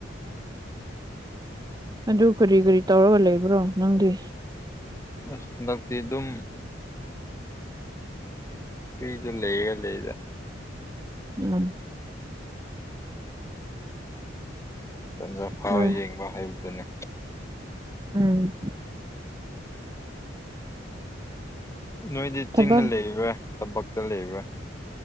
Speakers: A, on the right; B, on the left.
A: ꯑꯗꯨ ꯀꯔꯤ ꯀꯔꯤ ꯇꯧꯔꯒ ꯂꯩꯕ꯭ꯔꯣ ꯅꯪꯗꯤ
B: ꯑꯁ ꯍꯟꯗꯛꯇꯤ ꯑꯗꯨꯝ ꯐꯔꯤꯗ ꯂꯩꯌꯦ ꯂꯩꯗ
A: ꯎꯝ
B: ꯇꯟꯖꯥ ꯐꯥꯎꯕ
A: ꯍꯣꯏ
B: ꯌꯦꯡꯕ ꯍꯥꯏꯕꯗꯨꯅꯦ
A: ꯎꯝ
B: ꯅꯣꯏꯗꯤ
A: ꯊꯕꯛ
B: ꯆꯤꯡꯗ ꯂꯩꯕ꯭ꯔꯥ ꯇꯝꯄꯥꯛꯇ ꯂꯩꯕ꯭ꯔꯥ